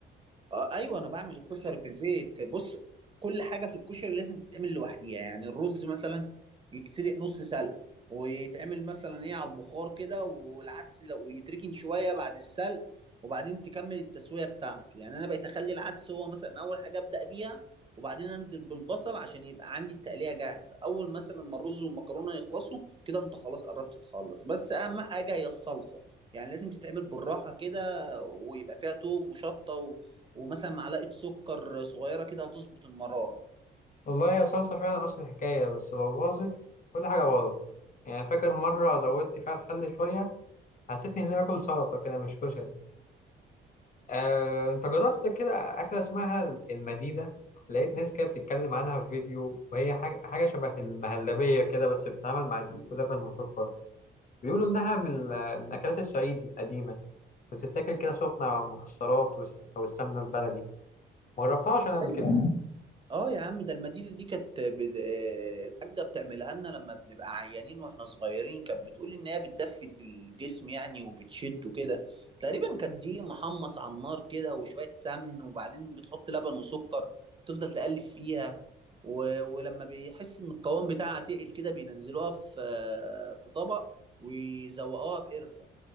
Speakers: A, on the right (about 25°); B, on the left (about 40°).
A: آه ايوه انا بعمل الكشري في البيت بص كل حاجه في الكشري لازم تتعمل لوحديها يعني الرز مثلا يتسلق نص سلقه ويتعمل مثلا ايه على البخار كده والعدس لو ويتركن شويه بعد السلق وبعدين تكمل التسويه بتاعته يعني انا بقيت اخلي العدس هو مثلا اول حاجه ابدا بيها وبعدين انزل بالبصل عشان يبقى عندي التقليه جاهزه اول مثلا ما الرز والمكرونه يخلصوا كده انت خلاص قربت تخلص بس اهم حاجه هي الصلصه يعني لازم تتعمل بالراحه كده ويبقى فيها توم وشطه ومثلا معلقه سكر صغيره كده هتظبط المراره
B: والله يا صلصه فعلا اصل الحكايه بس لو باظت كل حاجه باظت يعني فاكر مره زودت فيها الخل شويه حسيت اني باكل سلطه كده مش كشري آه، انت جربت كده اكله اسمها المديده لقيت ناس كده بتتكلم عنها في فيديو وهي حاجه حاجه شبه المهلبيه كده بس بتتعمل مع دقيق ولبن وسكر بيقولوا انها من ال- من اكلات الصعيد القديمه بتتاكل كده سخنة على المكسرات والس- أو السمنة البلدي ما جربتهاش أنا قبل
A: ايوه
B: كده
A: اه يا عم ده المديده دي كانت بد... آه، الحاجه بتعملها لنا لما بنبقى عيانين واحنا صغيرين كانت بتقول ان هي بتدفي الجسم يعني وبتشده كده تقريبا كانت دقيق محمص على النار كده وشويه سمن وبعدين بتحط لبن وسكر وتفضل تقلب فيها و... ولما بيحس ان القوام بتاعها تقل كده بينزلوها في آه، في طبق ويزوقوها بقرفه